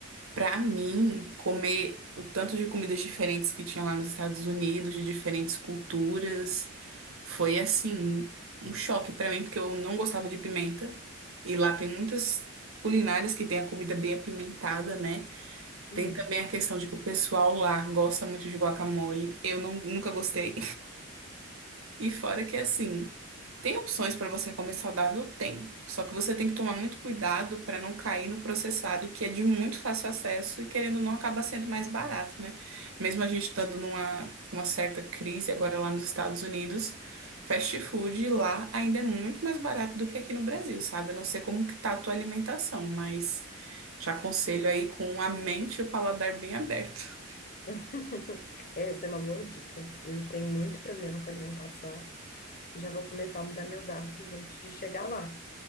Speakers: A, on the right; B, on the left.
A: Pra mim, comer o tanto de comidas diferentes que tinha lá nos Estados Unidos, de diferentes culturas, foi assim, um choque pra mim, porque eu não gostava de pimenta. E lá tem muitas culinárias que tem a comida bem apimentada, né?
B: Sim.
A: Tem também a questão de que o pessoal lá gosta muito de guacamole. Eu não, nunca gostei. E fora que assim, tem opções para você comer saudável? Tem. Só que você tem que tomar muito cuidado para não cair no processado, que é de muito fácil acesso e querendo ou não acaba sendo mais barato, né? Mesmo a gente estando numa uma certa crise agora lá nos Estados Unidos, fast food lá ainda é muito mais barato do que aqui no Brasil, sabe? Eu não sei como que tá a tua alimentação, mas te aconselho aí com a mente e o paladar bem aberto.
B: <laughs> Essa é uma boa dica. Eu tenho muito problema com alimentação e já vou começar a mudar meus hábitos antes de chegar lá.